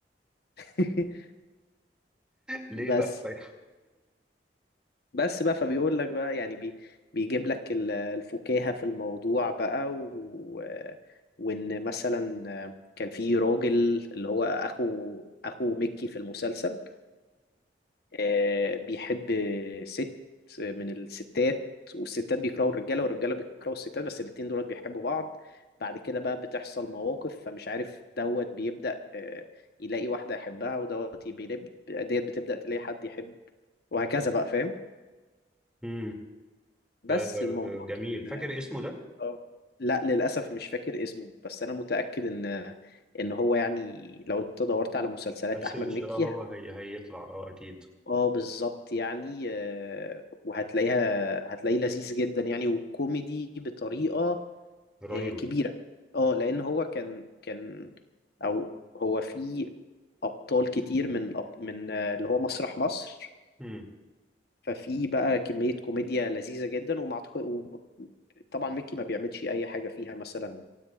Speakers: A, on the left; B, in the centre.
A: <laughs>
B: ليه
A: بس
B: بقى طيب؟
A: بس بقى فبيقول لك بقى يعني بي بيجيب لك ال- الفكاهة في الموضوع بقى و... وان مثلا كان في راجل اللي هو اخو اخو ميكي في المسلسل آه، بيحب ست من الستات والستات بيكرهوا الرجاله والرجاله بيكرهوا الستات بس الاتنين دول بيحبوا بعض بعد كده بقى بتحصل مواقف فمش عارف دوت بيبدأ آه، يلاقي واحده يحبها ودوت بيلاقي ديت بتبدأ تلاقي حد يحب وهكذا بقى فاهم
B: مم.
A: بس
B: آه
A: الموضوع
B: جميل
A: كان
B: فاكر اسمه ده
A: اه لا للأسف مش فاكر اسمه بس أنا متأكد إن إن هو يعني لو أنت دورت على مسلسلات
B: السيرش
A: أحمد مكي
B: اه هو هي هيطلع اه اكيد
A: اه بالظبط يعني آه، وهتلاقيها هتلاقيه لذيذ جدا يعني وكوميدي بطريقة
B: رهيب
A: آه، كبيرة اه لأن هو كان كان أو هو في أبطال كتير من أب- من آه، اللي هو مسرح مصر
B: مم.
A: ففي بقى كمية كوميديا لذيذة جدا وما أعتقد و- طبعا ميكي ما بيعملش أي حاجة فيها مثلا